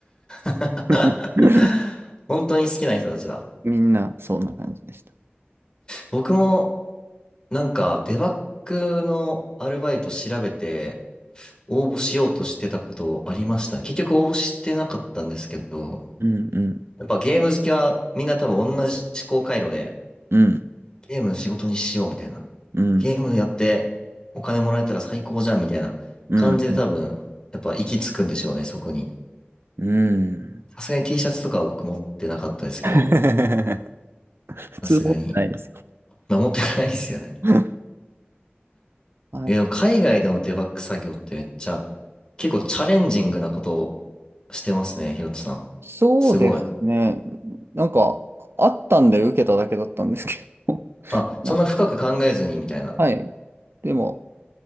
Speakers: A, on the left; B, on the right.
A: <laughs>
B: <laughs>
A: 本当に好きな人たちだ。
B: みんな、そんな感じでした。
A: 僕もなんかデバッグのアルバイト調べて応募しようとしてたことありましたね。結局応募してなかったんですけど、
B: うんうん、
A: やっぱゲーム好きはみんな多分同じ思考回路で
B: うん、
A: ゲーム仕事にしようみたいな。
B: うん、
A: ゲームやってお金もらえたら最高じゃんみたいな感じで多分やっぱ行き着くんでしょうね、
B: うん、
A: そこに。
B: うん。うん
A: さすがに T シャツとかは僕持ってなかったですけど、
B: <laughs> 普通持ってないですよ。
A: さすがに。まあ持ってないですよね。
B: <laughs> あ
A: え、でも海外でのデバッグ作業ってめっちゃ、結構チャレンジングなことをしてますね、ひろとさん。
B: そうですね。
A: すごい。
B: なんか、あったんで受けただけだったんですけど。<laughs>
A: あ、
B: ま
A: そんな深く考えずにみたいな。
B: あ、はい。でも、